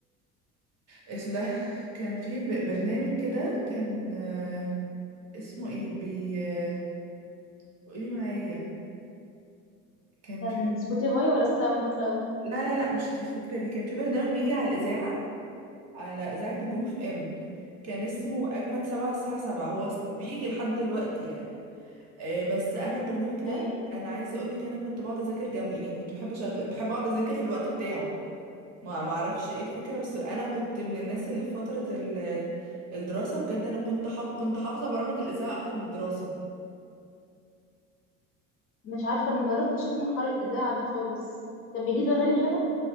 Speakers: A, on the right; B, on the left.
A: اسم ده كان في ب- برنامج كده كان آه، اسمه ايه بي آه، قولي معايا كان
B: كان
A: في
B: سبوتيفاي ولا الساوند كلاود
A: لا لا لا مش الفكرة دي كان في برنامج بيجي على الإذاعة على إذاعة نجوم اف ام كان
B: مم.
A: اسمه أجمد سبعة الساعة سبعة هو است- بيجي لحد دلوقتي يعني آه، بس أنا البرنامج ده
B: <laughs> أيوة
A: أنا عايزة أقولك أنا كنت بقعد أذاكر جنبه يعني كنت بحب أشغل بحب أقعد أذاكر في الوقت بتاعه ما ما اعرفش ايه الفكره بس انا كنت من الناس اللي في فتره ال- الدراسه بجد انا كنت حف... كنت حافظه برامج الاذاعه اكتر من الدراسه
B: مش عارفة أنا مجربتش أسمع حوار الإذاعة ده خالص كان بيجيب
A: يا لهوي
B: أغاني حلوة